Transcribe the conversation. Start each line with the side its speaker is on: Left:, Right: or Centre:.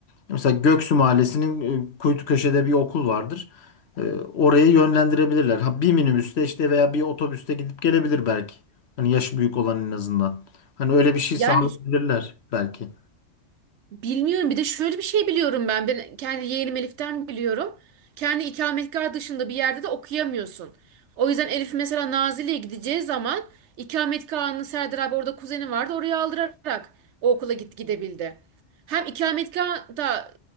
Left: Mesela Göksu Mahallesi'nin e, kuytu köşede bir okul vardır. E, Orayı yönlendirebilirler. Ha bir minibüste işte veya bir otobüste gidip gelebilir belki. Hani yaşı büyük olan en azından. Hani öyle bir şey
Right: Yani
Left: sağlayabilirler belki.
Right: Bilmiyorum. Bir de şöyle bir şey biliyorum ben. Ben kendi yeğenim Elif'ten biliyorum. Kendi ikametgah dışında bir yerde de okuyamıyorsun. O yüzden Elif mesela Nazilli'ye gideceği zaman ikametgahını Serdar abi orada kuzeni vardı oraya aldırarak o okula git gidebildi. Hem ikametgahda